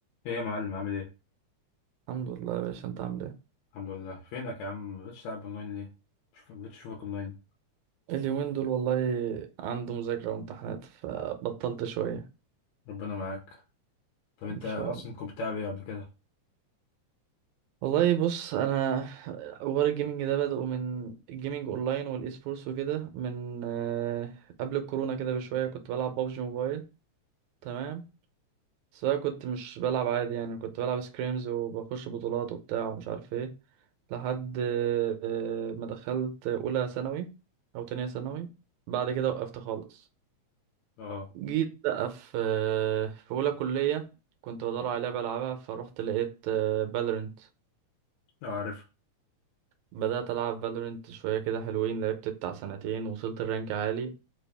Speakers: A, on the left; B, on the right.
A: ايه يا معلم عامل ايه
B: الحمد لله يا باشا انت عامل ايه
A: الحمد لله فينك يا عم مبقتش تلعب اونلاين ليه مش مبقتش اشوفك اونلاين
B: اليومين دول والله عنده مذاكرة وامتحانات فبطلت شوية
A: ربنا معاك طب انت
B: ان شاء
A: اصلا
B: الله
A: كنت بتلعب ايه قبل كده
B: والله بص انا حوار الجيمنج ده بدأه من الجيمنج اونلاين والاي سبورتس وكده من آه، قبل الكورونا كده بشوية كنت بلعب بابجي موبايل تمام بس بقى كنت مش بلعب عادي يعني كنت بلعب سكريمز وبخش بطولات وبتاع ومش عارف ايه لحد آه، آه، ما دخلت اولى ثانوي او تانية ثانوي بعد كده وقفت خالص
A: اه
B: جيت بقى في في أولى كلية كنت بدور على لعبة ألعبها فروحت لقيت فالورنت
A: اه عارف
B: بدأت ألعب فالورنت شوية كده حلوين لعبت بتاع سنتين وصلت الرانك عالي